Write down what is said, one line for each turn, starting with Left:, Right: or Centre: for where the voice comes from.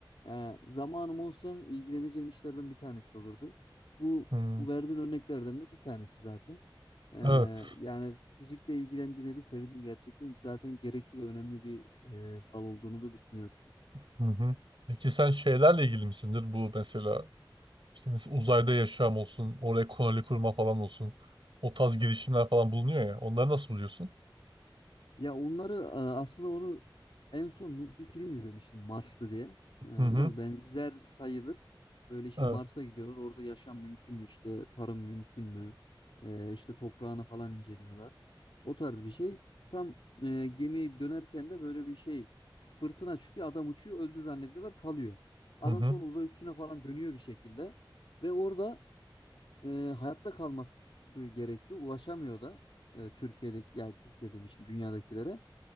Left: e, zamanım olsa ilgileneceğim işlerden bir tanesi olurdu. Bu
Right: Hı.
Left: bu verdiğin örneklerden de bir tanesi zaten. Ee,
Right: Evet.
Left: yani fizikle ilgilendiğine de sevindim gerçekten. Zaten gerekli ve önemli bir e, dal olduğunu da düşünüyorum.
Right: Hı hı. Peki sen şeylerle ilgili misindir? Bu mesela işte mesela uzayda yaşam olsun, oraya koloni kurma falan olsun. O tarz girişimler falan bulunuyor ya. Onları nasıl buluyorsun?
Left: Ya onları e, aslında onu en son bir film izlemiştim Marslı diye. E,
Right: Hı hı.
Left: Biraz benzer sayılır. Böyle işte
Right: Evet.
Left: Mars'a gidiyorlar. Orada yaşam mümkün mü işte tarım mümkün mü? E, işte toprağını falan inceliyorlar. O tarz bir şey. Tam e, gemiye dönerken de böyle bir şey fırtına çıkıyor. Adam uçuyor öldü zannediyorlar kalıyor. Adam
Right: Hı hı.
Left: sonra uzay üstüne falan dönüyor bir şekilde. Ve orada e, hayatta kalması gerekli. Ulaşamıyor da e, Türkiye'deki yani Türkiye demişim dünyadakilere.